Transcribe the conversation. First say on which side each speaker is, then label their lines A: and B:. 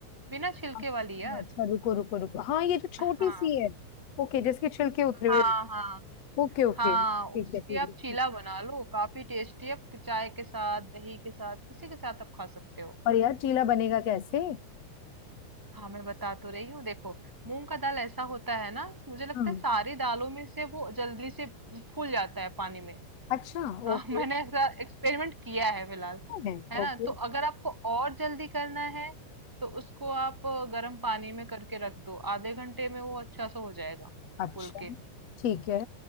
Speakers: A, in the centre; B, on the left.
A: बिना छिलके
B: अच्छा
A: वाली यार
B: अच्छा रुको रुको रुको हाँ ये जो छोटी
A: हाँ
B: सी है ओके जिसके छिलके उतरे हुए
A: हाँ हाँ
B: ओके ओके
A: हाँ
B: ठीक
A: उसकी
B: है ठीक
A: आप
B: है ठीक।
A: चीला बना लो काफी टेस्टी आप चाय के साथ दही के साथ किसी के साथ आप खा सकते हो
B: और यार चीला बनेगा कैसे
A: हाँ मैं बता तो रही हूँ देखो मूंग का दाल ऐसा होता है ना मुझे लगता
B: हम्म
A: है सारी दालों में से वो जल्दी से फूल जाता है पानी में
B: अच्छा
A: हाँ
B: ओके
A: <laughs> मैंने ऐसा एक्सपेरिमेंट किया है फिलहाल
B: है
A: है ना
B: ओके
A: तो अगर आपको और जल्दी करना है तो उसको आप गर्म पानी में करके रख दो आधे घंटे में वो अच्छा सा हो जाएगा
B: अच्छा
A: फूल के
B: ठीक है